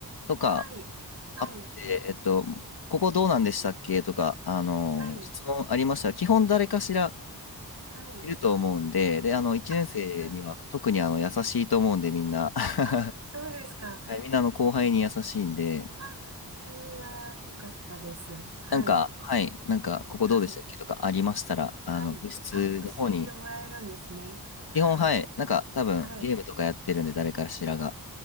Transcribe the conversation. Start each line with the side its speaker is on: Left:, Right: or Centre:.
Left: とか、
Right: はい、はい、
Left: あって、えっと、ここどうなんでしたっけとか、あの、
Right: はい、
Left: 質問ありましたら、基本誰かしら
Right: はい、
Left: いると思うんで、で、あの、1年生には特にあの、
Right: あ、はい、
Left: 優しいと思うんで、みんな。<laughs>
Right: あ、そうですか。
Left: はい、みんなあの後輩に優しいんで、
Right: あ、それは良かったです。はい。
Left: なんか、はい、なんか、ここどうでしたっけとかありましたら、
Right: はい、
Left: あの、
Right: はい。
Left: 部室の方に、
Right: あ、教えてもらえるんですね。は
Left: 基本、はい、なんか、多分、
Right: あ、はい、
Left: ゲームとかやってるんで、誰かしらが、